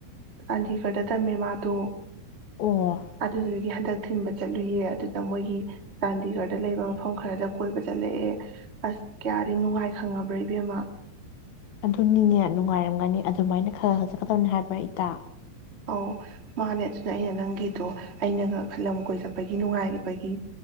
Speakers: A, on the right; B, on the left.
A: ꯆꯥꯟꯗꯤꯒꯔꯗ ꯇꯝꯃꯦ ꯃꯥꯗꯣ
B: ꯑꯣ
A: ꯑꯗꯨꯗꯨꯗꯒꯤ ꯍꯟꯗꯛ ꯊꯤꯟꯕ ꯆꯠꯂꯨꯌꯦ ꯑꯗꯨꯗ ꯃꯣꯏꯒꯤ ꯆꯥꯟꯗꯤꯒꯔꯗ ꯂꯩꯕ ꯃꯐꯝ ꯈꯔꯗ ꯀꯣꯏꯕ ꯆꯠꯂꯛꯑꯦ ꯑꯁ ꯀꯌꯥꯗꯤ ꯅꯨꯡꯉꯥꯏ ꯈꯪꯉꯕ꯭ꯔꯥ ꯏꯕꯦꯝꯃ
B: ꯑꯗꯨꯅꯤꯅꯦ ꯅꯨꯡꯉꯥꯏꯔꯝꯒꯅꯤ ꯑꯗꯨꯃꯥꯏꯅ ꯈꯔ ꯈ ꯆꯠꯀꯗꯕꯅꯤ ꯍꯥꯏꯕ ꯏꯇ
A: ꯑꯧ ꯃꯥꯅꯦ ꯑꯗꯨꯅ ꯑꯩꯅ ꯅꯪꯒꯤꯗꯣ ꯑꯩꯅꯒ ꯂꯝ ꯀꯣꯏ ꯆꯠꯄꯒꯤ ꯅꯨꯡꯉꯥꯏꯕꯒꯤ